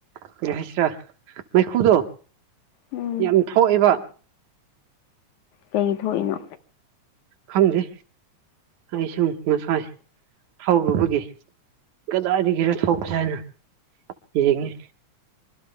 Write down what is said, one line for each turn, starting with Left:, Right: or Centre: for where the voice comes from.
Right: ꯀꯔꯤ ꯍꯥꯏꯁꯤꯔꯥ ꯃꯩꯈꯨꯗꯣ
Left: ꯎꯝ
Right: ꯌꯥꯝ ꯊꯣꯛꯑꯦꯕ
Left: ꯀꯩ ꯊꯣꯛꯏꯅꯣ
Right: ꯈꯪꯗꯦ ꯑꯩꯁꯨꯝ ꯉꯁꯥꯏ ꯊꯧꯔꯨꯕꯒꯤ ꯀꯗꯥꯏꯗꯒꯤꯔꯣ ꯊꯣꯛꯄꯁꯦ ꯍꯥꯏꯅ ꯌꯦꯡꯉꯤ